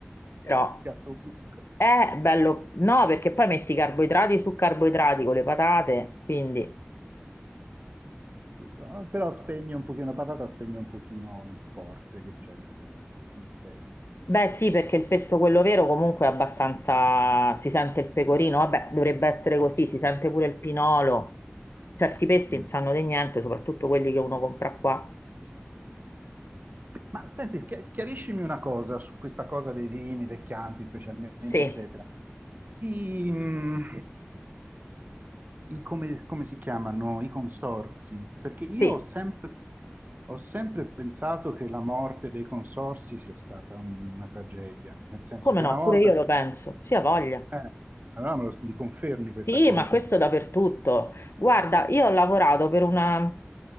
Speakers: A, on the left (about 80°); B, on the right (about 45°).
A: Però
B: Piatto unico.
A: è bello. No, perché poi metti carboidrati su carboidrati con le patate, quindi...
B: Sì, no, però spegne un pochino la patata, spegne un pochino il forte che c'è del, del pesto. del
A: Beh,
B: sapore.
A: sì, perché il pesto quello vero comunque è abbastanza si sente il pecorino, vabbè, dovrebbe essere così, si sente pure il pinolo. Certi pesti
B: Mm.
A: non sanno di niente, soprattutto quelli che uno compra qua.
B: Ma senti, chi- chiariscimi una cosa su questa cosa dei vini, dei chianti specialmente,
A: Sì,
B: eccetera. I, mm, i- come, come si chiamano? I consorzi? Perché io
A: sì,
B: ho sempre, ho sempre pensato che la morte dei consorzi sia stata un- una tragedia, nel senso
A: come
B: che
A: no,
B: una volta...
A: pure io
B: per-
A: lo penso, sì, ha voglia.
B: eh, allora me lo- mi confermi questa
A: Sì,
B: cosa?
A: ma questo dappertutto. Guarda, io ho lavorato per una,